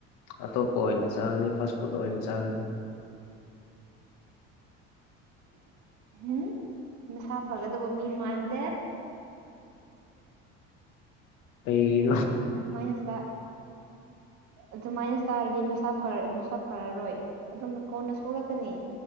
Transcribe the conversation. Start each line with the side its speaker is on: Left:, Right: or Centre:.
Left: ꯑꯇꯣꯞꯄ ꯑꯣꯏꯅ ꯆꯥꯒꯅꯤ ꯐꯥꯁ ꯐꯨꯗ ꯑꯣꯏꯅ ꯆꯥꯒꯅꯤ
Right: ꯎꯝ ꯃꯁꯥ ꯐꯒꯗꯕ ꯃꯤ ꯃꯥꯟꯗꯦ
Left: ꯑꯩꯩ
Right: ꯑꯗꯨꯃꯥꯏꯁ ꯑꯗꯨꯃꯥꯏ ꯆꯥꯔꯗꯤ ꯃꯁꯥ ꯃꯁꯥ ꯐꯔꯔꯣꯏ ꯑꯗꯨꯝ ꯀꯣꯟꯅ ꯁꯣꯛꯂꯛꯀꯅꯤ